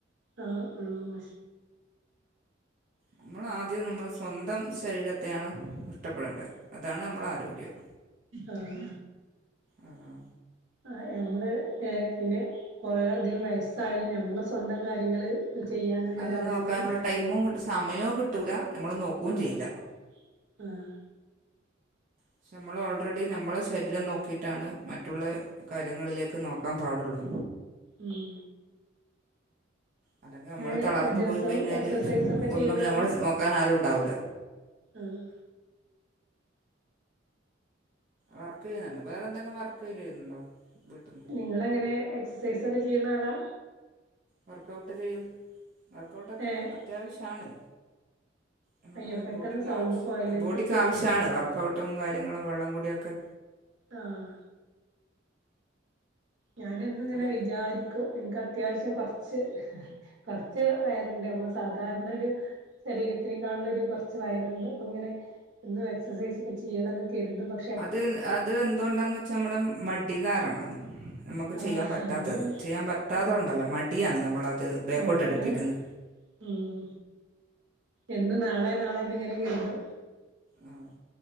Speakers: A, on the right; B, on the right.
A: ആഹ് ആഹ്
B: നമ്മളാദ്യം നമ്മളെ സ്വന്തം ശരീരത്തെയാണ് ഇഷ്ടപ്പെടേണ്ടേ അതാണ് നമ്മളെ ആരോഗ്യം
A: ആഹ്
B: ആഹ്
A: ആ ഞമ്മള് പിന്നെ കൊറേ അധികം വയസ്സായാലും ഞമ്മളെ സ്വന്തം കാര്യങ്ങള് ചെയ്യാനുള്ളൊരു
B: അത്
A: ആരോഗ്യം
B: നോക്കാനുള്ള ടൈമും കിട്ടു സമയവും കിട്ടൂല നമ്മൾ നോക്കും
A: ആഹ്
B: ചെയ്യില്ല
A: ആഹ്
B: പക്ഷെ നമ്മള് ഓൾറെഡി നമ്മളെ ശരീരം നോക്കിയിട്ടാണ് മറ്റുള്ള കാര്യങ്ങളിലേ ക്ക് നോക്കാൻ പാടുള്ളൂ
A: ഉം
B: അല്ലെങ്കിൽ നമ്മൾ
A: ഏഹ്
B: തളർന്നു
A: ദിവസം
B: പോയി കഴിഞ്ഞാൽ
A: എക്സസൈസ് ഒക്കെ ചെയ്യുന്ന
B: ഒന്നും നമ്മളെ
A: ആളാ
B: നോക്കാൻ ആരും ഉണ്ടാവില്ല
A: ആഹ്
B: വർക്ക് ചെയ്യ്ന്നുണ്ട് വേറെ എന്തെങ്കും വർക്ക് ചെയ്യുന്നുണ്ടോ വീട്ട്ന്ന്
A: നിങ്ങളെങ്ങനെ എക്സസൈസൊക്കെ ചെയ്യുന്ന ആളാ
B: വർക്കൗട്ട് ചെയ്യും വർക്കൗട്ടക്കെ
A: ഏഹ്
B: അത്യാവിശ്യാണ് നമ്മളെ
A: അയ്യോ പെട്ടെന്ന്
B: ബോഡിക്ക്
A: സൗണ്ട്
B: ആവശ്യ
A: പോയല്ലോ എനിക്ക്
B: ബോഡിക്ക്
A: കേക്കണില്ല
B: ആവശ്യാണ് വർക്കൗട്ടും കാര്യങ്ങളും വെള്ളം കുടിയൊക്കെ
A: ആഹ് ഞാന് എന്നും ഇങ്ങനെ
B: അത്
A: വിജാരി ക്ക് ഇൻക്ക് അത്യാവിശ്യം കൊറച്ച് കൊറച്ച് വയറ്ണ്ട് നമ്മള് സാധാരണ ഒരു ശരീരത്തിനെക്കാള്ളൊരു കൊറച്ച് വയറ്ണ്ട് അപ്പൊ ഇങ്ങനെ എന്നും എക്സസൈസൊക്ക ചെയ്യണന്ന് കരുതും പ
B: അത് അത് എന്തുകൊണ്ടാന്ന് വെച്ചാ നമ്മളെ മടി കാരണാണ് നമ്മക്ക്
A: ആഹ്
B: ചെയ്യാൻ പറ്റാത്തത്
A: അതന്നെയാണ്
B: ചെയ്യാൻ പറ്റാത്തത്
A: ആഹ്
B: കൊണ്ടല്ല മടിയാണ് നമ്മളത് ബേക്കോട്ട്
A: മടിയാണ്
B: അടുപ്പിക്കുന്ന്
A: ഉം എന്നും നാളെ നാളെന്ന് ഇങ്ങനെ കരുതും
B: ആഹ്